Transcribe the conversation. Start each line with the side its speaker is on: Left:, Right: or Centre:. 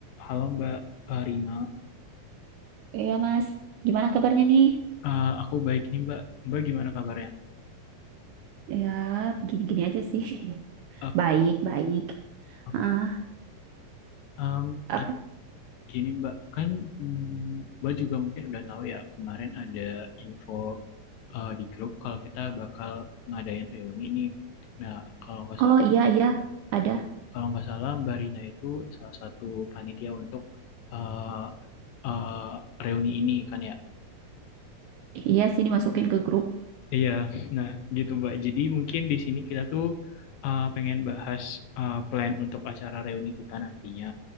Left: Halo Mbak eh, Rina,
Right: Iya Mas, gimana kabarnya nih?
Left: Eh, aku baik nih Mbak. Mbak gimana kabarnya?
Right: Ya, begini-gini aja sih. <laughs>
Left: Oke,
Right: Baik, baik.
Left: oke.
Right: Ah,
Left: Em,
Right: apa?
Left: gi- gini Mbak, kan mm, Mbak juga mungkin udah tahu ya kemarin ada info eh, di grup kalau kita bakal ngadain reuni ini. Nah, kalau nggak salah,
Right: Oh iya iya, ada.
Left: kalau nggak salah Mbak Rina itu salah satu panitia untuk eh, eh, reuni ini kan ya.
Right: Iya sih dimasukin ke grup.
Left: Iya, nah gitu Mbak. Jadi mungkin di sini kita tuh uh, pengen bahas uh, plan untuk acara reuni kita nantinya.